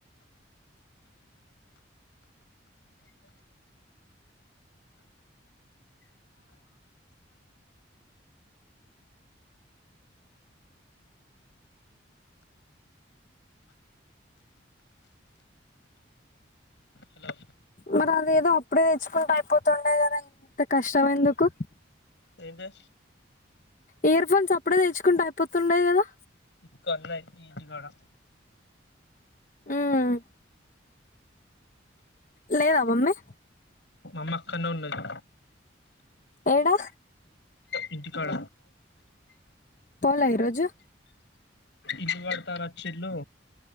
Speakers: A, on the left (about 65°); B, on the left (about 40°).
A: హలో
B: మరి అది ఏదో అప్పుడే తెచ్చుకుంటె అయిపోతుండే కదా ఇంత కష్టం ఎందుకు
A: ఏజె
B: ఇయర్ ఫోన్స్ అప్పుడే తెచ్చుకుంటె అయిపోతుండే కదా
A: <unintelligible> ఈదికాడం
B: హ్మ్ లేద మమ్మీ
A: మమ్మ కన్నె ఉన్నది
B: ఏడా
A: ఇంటి కాడ
B: పోలే ఈరోజు
A: ఇల్లు కడతారాచిల్లు